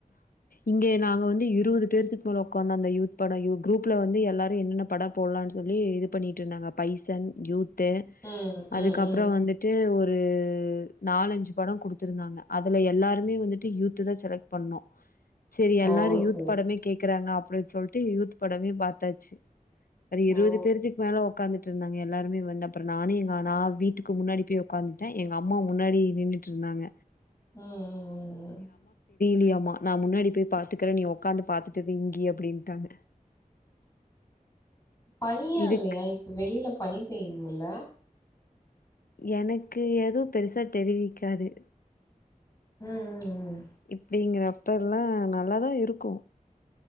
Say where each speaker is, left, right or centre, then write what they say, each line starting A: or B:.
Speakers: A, on the left; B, on the left.
A: இங்கே நாங்க வந்து இ இருவுது தேர்த்துக்கு மேல ஒக்காந்து அந்த யூத் படயு குரூப்புல வந்து எல்லாரு என்னென்ன படப் போட்லான் சொல்லி இது பண்ணிட்டு இருந்தாங்க பைசன் யூத் து
B: ம்
A: அதுக்கப்புறோ
B: ம் ம்
A: வந்துட்டு ஒரு நாலஞ்சு படோ குடுத்துருந்தாங்க அதுல எல்லாருமே வந்துட்டு யூத்து தா செலக்ட் பண்ணோ சேரி எல்லாரு
B: ஓ
A: யூத்
B: செரி
A: படமே
B: செரி
A: கேக்குறாங்க அப் அப்படின்னு சொல்லிட்டு யூத் படமே பார்த்தாச்சு ஒரு இருபது
B: ஓ
A: பேருத்துக்கு மேல உக்காந்து ட்டு இருந்தாங்க எல்லாருமே வந்து அப்புறம் நானும் எங்க நான் வீட்டுக்கு முன்னாடி போய் உக்காந்துட்டேன் எங்க அம்மா முன்னாடி நின்னுட்டு இருந்தாங்க
B: ம் ம்ம்ம்
A: லியாம்மா நான் முன்னாடி போய் பாத்துக்கறன் நீ உக்காந்து பாத்துட்டிரு இங்கய அப்படின்ட்டாங்க
B: பனியா
A: இதுக்கு
B: இல்லையா இப்ப வெளியில பண்ணிப்பயங்களல
A: எனக்கு ஏதோ பெருசா தெரிவிக்காது
B: உஹம் உம் உம்
A: இப்படிங்கறப்ப எல்லாம் நல்லாதான் இருக்கும்